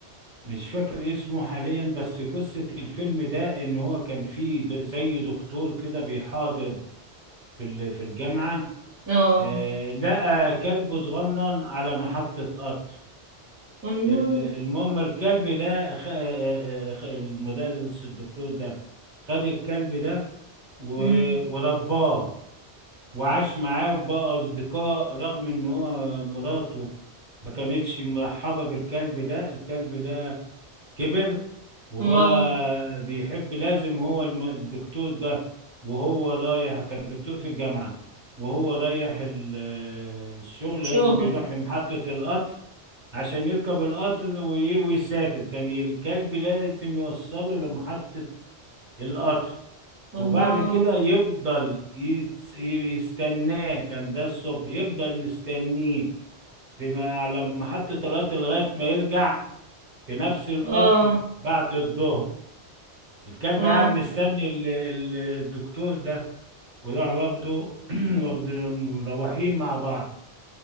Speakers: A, on the right; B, on the right.
A: مش فاكر اسمه حاليا بس قصة الفيلم ده ان هو كان فيه د- زي دكتور كده بيحاضر في ال- في الجامعة
B: اه
A: آه لقى كلب صغنن على محطة قطر
B: الله
A: ال- المهم الكلب ده خ- آه، آه، آه، المدرس الدكتور ده خد الكلب ده و-
B: أمم،
A: ورباه وعاش معاه وبقى أصدقاء رغم إن هو مراته ما كانتش مرحبة بالكلب ده الكلب ده كبر وبقى
B: اه
A: بيحب لازم هو الم- الدكتور ده وهو رايح كان دكتور في الجامعة وهو رايح ال- الشغل
B: شغل
A: لازم بيروح لمحطة القطر عشان يركب القطر وي- ويسافر كان الكلب لازم يوصله لمحطة القطر
B: الله
A: وبعد كده يفضل يس- يستناه كان ده الصبح يفضل مستنيه في م- على محطة القطر لغاية ما يرجع في نفس القطر
B: اه
A: بعد الظهر الكلب
B: اه
A: قاعد مستني ال- ال- الدكتور ده وراح واخده <clears throat> واخد مروحين مع بعض